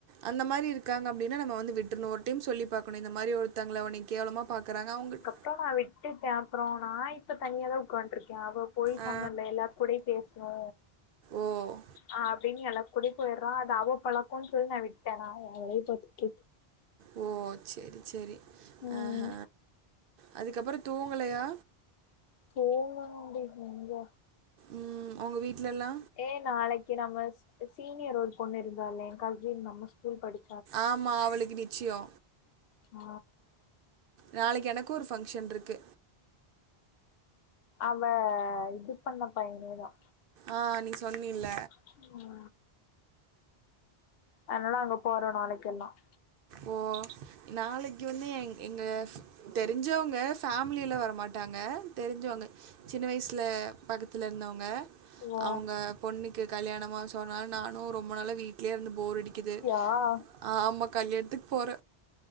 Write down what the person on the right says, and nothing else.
அந்த மாரி இருக்காங்க அப்டினா நம்ம வந்து விட்ருணு ஒரு டைம் சொல்லி பாக்கணு இந்த மாரி ஒரு த்தங்கள உனை கேவலமா பாக்குறாங்க அவுங்கட்
ஆ,
ஓ!
ஓ செரி செரி
ஆஹ அதுக்கப்பற தூங்கலையா
ம் உங்க வீட்லல்லா
ஆமா அவளுக்கு நிச்சயோ
நாளைக்கு எனக்கும் ஒரு ஃபங்க்ஷன் இருக்கு
ஆ நீ சொன்னில்ல
ஓ நாளைக்கு வந்து எ எங்க தெரிஞ்சோங்க ஃபேமிலில வரமாட்டாங்க தெரிஞ்சோங்க சின்ன வயசுல பக்கத்துல இருந்தவங்க
அவங்க பொண்ணுக்கு கல்யாணமா சோ அதனால நானும் ரொம்ப நாளா வீட்லயே இருந்து போர் அடிக்குது
ஆம கல்யணத்துக்கு போற